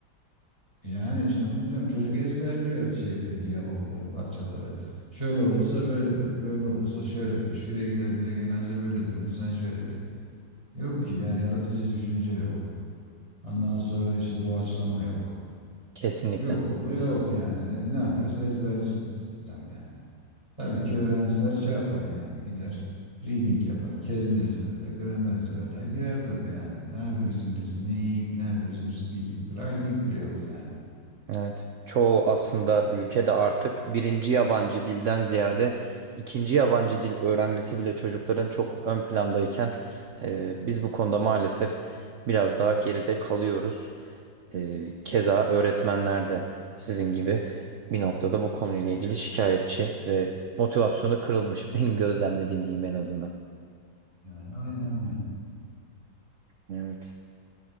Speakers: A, on the right (about 15°); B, on the right (about 70°).
A: yani işte onu diyorum. Çocuk ezberliyor şeyleri, diyalogları, parçaları. Şöyle olursa böyle de, böyle olursa şöyle de. Şuraya gidince genelce böyle denir, sen şöyle de. Yok ki yani yaratıcı düşünce yok. Ondan sonra işte doğaçlama yok.
B: Kesinlikle.
A: Yok olur yok yani. Ne yapıyoruz? Ezberci sistem yani. Tabii ki öğrenciler şey yapar yani gider reading yapar. Kelime ezberler, gramer ezberler girer tabii yani. Nerede bizim listening, nerede bizim speaking? Writing bile yok yani.
B: Evet. Çoğu aslında ülkede artık birinci yabancı dilden ziyade ikinci yabancı dil öğrenmesi bile çocukların çok ön plandayken e, biz bu konuda maalesef biraz daha geride kalıyoruz. E, keza öğretmenler de sizin gibi bir noktada bu konuyla ilgili şikayetçi ve motivasyonu kırılmış benim gözlemlediğim diyeyim en azından.
A: Yani aynen aynen.
B: Evet.